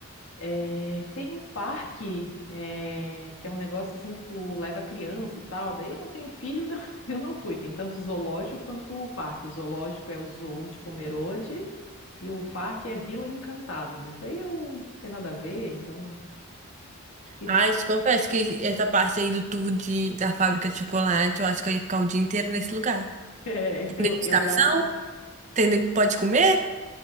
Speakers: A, on the left; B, on the right.
A: É, tem um parque, é, que é um negócio assim que tu leva criança e tal. Daí eu não tenho filho, então <laughs> eu não fui. Tem tanto o zoológico quanto o parque. O zoológico é o Zoo de Pomerode e o parque é Vila Encantada. Mas daí eu não tem nada a ver, então. <laughs>
B: Ai, te confesso que essa parte aí do tour de, da fábrica de chocolate, eu acho que eu ia ficar o dia inteiro nesse lugar.
A: É,
B: Tem
A: eu,
B: degustação,
A: eu ia amar.
B: tem, de- pode comer?